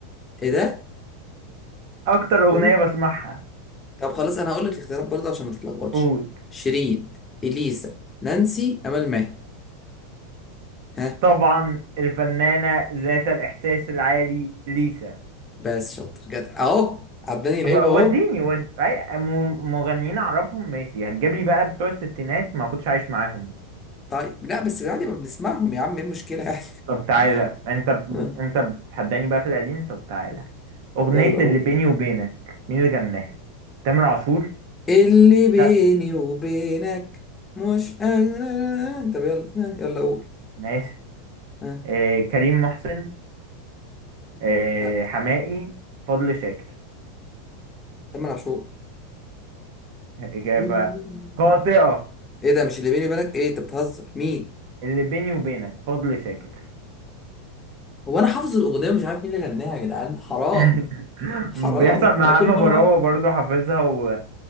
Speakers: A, on the left; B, on the right.
A: ايه ده
B: اكتر اغنية
A: قول
B: بسمعها
A: طب خلاص انا هقول لك الاختيارات برضو عشان ما تتلخبطش
B: قول
A: شيرين اليسا نانسي امل ماهر ها
B: طبعا الفنانة ذات الاحساس العالي ليسا
A: بس شاطر جدع اهو عداني لعيبه
B: بقى
A: اهو
B: وديني ود... أي م- مغنيين اعرفهم ماشي هتجيب لي بقى بتوع الستينات ما كنتش عايش معاهم
A: طيب لا بس عادي ما بنسمعهم يا عم ايه المشكلة يعني
B: طب
A: <laughs>
B: تعالى انت ب...
A: ها،
B: انت بتحداني بقى في القديم طب تعالى أغنية
A: يلا هو
B: اللي بيني وبينك مين اللي غناها؟ تامر عاشور؟
A: اللي بيني
B: لا
A: وبينك مش انا طب يلا ها، يلا قول
B: ماشي
A: ها
B: آه كريم محسن آه
A: لا
B: حماقي فضل شاكر
A: تامر عاشور
B: إجابة
A: اللي-
B: خاطئة
A: ايه ده مش اللي بيني وبينك ايه انت بتهزر مين
B: اللي بيني وبينك فضل شاكر
A: هو انا حافظ الاغنيه ومش عارف مين اللي غناها يا جدعان حرام
B: <laughs>
A: حرام
B: بيحصل مع
A: انا كل
B: أما
A: مره
B: براوة
A: بقى
B: برضه حافظها و...